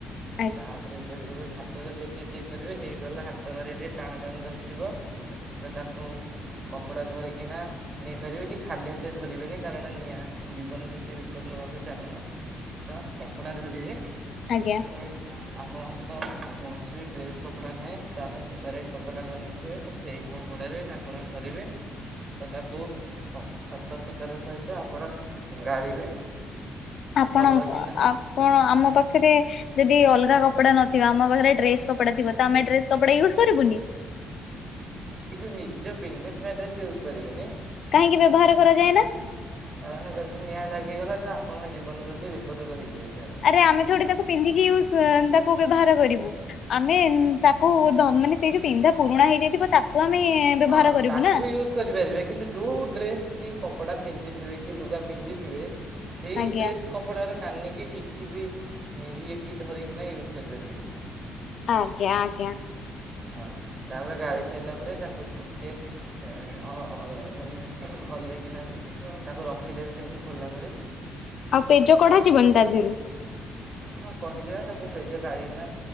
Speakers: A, on the left (about 65°); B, on the right (about 40°).
A: ହ
B: ତାପରେ ଯେବେ ଯେବେ ଭାତରେ ଦେଖି ଚେକ୍ କରିବେ ହେଇଗଲା ହାତ ମାରି ଟେ ଟାଣ ଟାଣ ଜଷ୍ଟ ଥିବ। ତ ତାକୁ କପଡ଼ା ଧରିକିନା ନେଇପାରିବେ କି ଖାଲି ହାତ ଧରିବେନି କାରଣ ନିଆଁ ଜୀବନ ପ୍ରତି ବିପଦ ନେବାକୁ ଚାହୁଁନା ତ କପଡ଼ା ଧରିବେ।
A: ଆଜ୍ଞା।
B: ପୁଣି ଆପଣଙ୍କ କୌଣସି ବି ଡ୍ରେସ୍ କପଡ଼ା ନାହିଁ ତା ପାଇଁ ସେପାରେଟ୍। କପଡ଼ା ବନେଇଥିବେ ତ ସେଇ କପଡ଼ାରେ ଆପଣ ଧରିବେ ତ ତାକୁ। ସ ସତର୍କତାର ସହିତ ଆପଣ ଗାଳିବେ।
A: ଆପଣ
B: ଭଲ କିନା
A: ଆପଣ ଆମ ପାଖରେ ଯଦି ଅଲଗା କପଡା ନଥିବା ଆମ ପାଖରେ ଡ୍ରେସ କପାଥିବ ତ ଆମେଡ୍ରେସ୍ କପଡା ୟୁଜ କରିବୁନି।
B: କିନ୍ତୁ ନିଜ ପିନ୍ଧାଇଥିବା ଡ୍ରେସ୍ ୟୁଜ୍ କରିବେନି।
A: କାହିଁକି ବ୍ୟବହାର କରାଯାଏ ନା
B: କାରଣ ଯଦି ନିଆଁ ଲାଗିଗଲା ତ ଆପଣଙ୍କ ଜୀବନ ପ୍ରତି ବିପଦ ରହିଯାଇପାରେ।
A: ରେ ଆମେ ଥ ତାକୁ ପିନ୍ଧିକି ୟ ତାକୁ ବ୍ୟବହାର କରିବୁ ଆମେ ତାକୁ ମାନେ ସେଇ ଯୋଉ ପିନ୍ଧା ପୁରୁଣା ହେଇଯାଇଥିବ ତାକୁ ଆମେ ବ୍ୟବହାର
B: ହଁ
A: କରିବୁ
B: ତାକୁ
A: ନା।
B: ୟୁଜ୍ କରିପାରିବେ କିନ୍ତୁ ଯୋଉ ଡ୍ରେସ୍ କି କପଡ଼ା ପିନ୍ଧିଥିବେ କି ଲୁଗା ପିନ୍ଧିଥିବେ। ସେଇ
A: ଆଜ୍ଞା
B: ଡ୍ରେସ୍ କପଡ଼ାର କାନିକି କିଛି ବି ଇଏକି ଧରକିନା ୟୁଜ୍ କରିପାରିବେନି।
A: ଆଜ୍ଞା ଆଜ୍ଞା।
B: ହଁ ତାପରେ ଗାଳି ସାରିଲା ପରେ ତାକୁ ଟିକେ। ମାନେ ହଲେଇକିନା ତାକୁ ରଖିଦେବେ ସେମିତି ଖୋଲା କରି।
A: ଆଉ ପେଜ କଢାଯ ଯିବନି ତା ଦେହରୁ।
B: ହଁ କହିଲିବା ତାକୁ ପେଜ ଗାଳିକି ନା